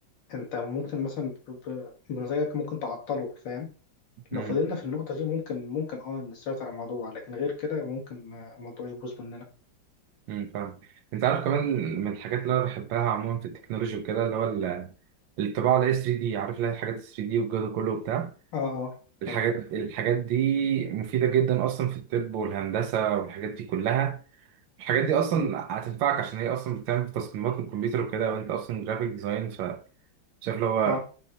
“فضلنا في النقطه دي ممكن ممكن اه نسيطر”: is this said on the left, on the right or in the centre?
Left